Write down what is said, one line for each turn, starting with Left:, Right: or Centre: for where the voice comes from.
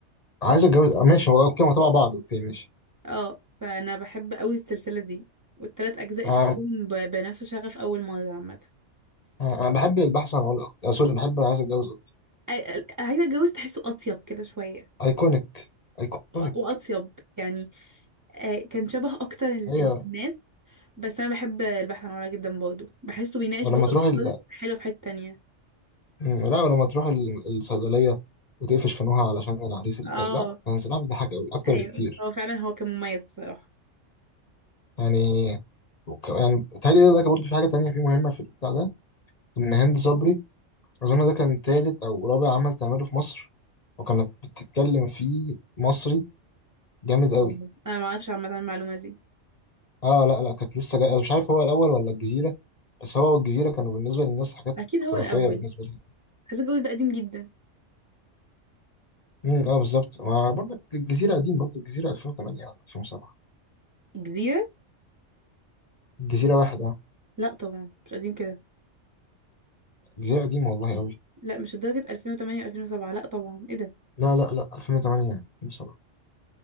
Left: عايز أتجوز آه، ماشي هو كده تبع بعض أوكي ماشي
Right: اه فانا بحب قوي السلسله دي والتلات اجزاء
Left: انا
Right: شفتهم ب- بنفس شغف اول مره عامه
Left: أنا بحب البحث عن عملاق أكتر. آه، سوري بحب عايز اتجوز اكتر
Right: أ- أ- عايزه اتجوز تحسه اطيب كده شويه
Left: ايكونيك ايكونيك
Right: واطيب يعني آه، كان شبه اكتر ال-
Left: ايوه
Right: ال- الناس بس انا بحب البحث عن ورا جدا برضه بحسه بيناقش
Left: ولما
Right: برضه
Left: تروح
Right: أفكار
Left: ال...
Right: حلوه في حته تانية
Left: مم، لا ولما تروح ال- الصيدليه وتقفش في نوها علشان العريس اللي
Right: اه
Left: جاي لا كان سلاح بيضحك قوي اكتر
Right: ايوه
Left: بكتير
Right: هو فعلا هو كان مميز بصراحه
Left: يعني وك... يعني تهيألي ده برضه في حاجه تانية في مهمه في البتاع ده ان هند صبري اظن ده كان تالت او رابع عمل تعمله في مصر وكانت بتتكلم فيه مصري جامد قوي
Right: آه. انا ما اعرفش عامه عن المعلومه دي
Left: اه لا لا كانت لسه جاية مش عارف هو الاول ولا الجزيره بس هو الجزيره كانوا بالنسبه للناس حاجات
Right: اكيد
Left: خرافيه
Right: هو الاول
Left: بالنسبه لهم
Right: حاسه الجواز ده قديم جدا
Left: امم اه بالظبط ما برضك الجزيره قديم برضه الجزيره 2008 ولا 2007
Right: الجزيره
Left: الجزيره واحد اه
Right: لا طبعا مش قديم كده
Left: الجزيره قديمه والله قوي
Right: لا مش لدرجه 2008 و2007 لا طبعا ايه ده
Left: لا لا لا 2008 2007